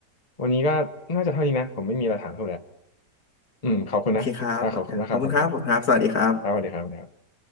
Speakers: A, on the left; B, on the left.
A: วันนี้ก็น่าจะเท่านี้นะผมไม่มีอะไรถามเพิ่มแล้ว อืมขอบคุณนะอ่าขอบคุณนะครับขอบคุณครับ
B: โอเคครับโอเคครับขอบคุณครับ ขอบคุณครับ สวัสดีครับ
A: ครับสวัสดีครับสวัสดีครับ